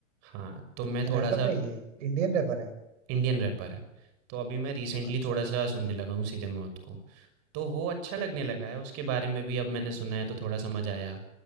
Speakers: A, on the right; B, on the right.
A: हाँ तो मैं
B: ये
A: थोड़ा
B: रैपर
A: सा अब
B: है ये इंडियन रैपर है
A: इंडियन रैपर है तो अभी मैं रिसेंटली
B: अच्छा
A: थोड़ा सा सुनने लगा हूँ सीधे मौत को तो वो अच्छा लगने लगा है उसके बारे में भी अब मैंने सुना है तो थोड़ा समझ आया